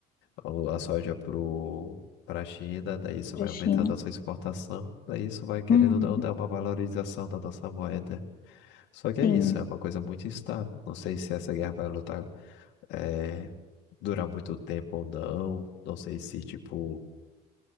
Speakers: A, on the left (about 80°); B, on the left (about 55°).
A: o- a soja pro, para a China, daí isso
B: pra
A: vai
B: China.
A: aumentar a nossa exportação, daí isso vai, querendo
B: Uhum,
A: ou não, dar uma valorização da nossa moeda. Só que é
B: sim.
A: isso, é uma coisa muito instável. Não sei se essa guerra vai lutar, eh, durar muito tempo ou não. Não sei se, tipo,